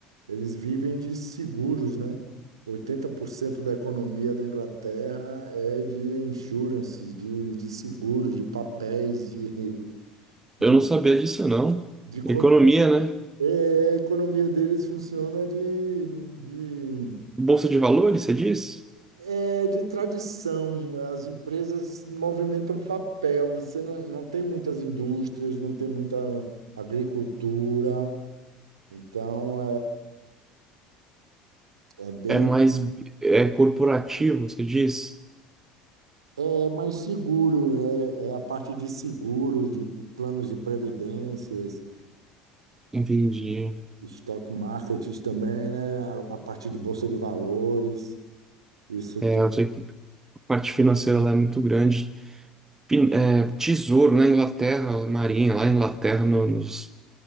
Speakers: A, on the right (about 80°); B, on the right (about 15°).
A: Eles vivem de seguros, né? oitenta por cento da economia da Inglaterra é de insurances, de, de seguros, de papéis, de, de,
B: eu não sabia disso não.
A: de
B: Economia,
A: con-
B: né?
A: é, a economia deles funciona de, de,
B: Bolsa de valores, você diz?
A: é, de tradição. As empresas movimentam papel. Você não, não tem muitas indústrias, não tem muita agricultura. Então, é, é bem
B: É mais é corporativo, você diz?
A: é mais seguro, né? É a parte de seguro, de p- planos de previdências,
B: Entendi.
A: stock market também, né? A, a parte de bolsa de valores, isso,
B: É,
A: tu-
B: eu sei que a parte financeira lá é muito grande. pin- é, tesouro na Inglaterra, marinha lá na Inglaterra, no- nos-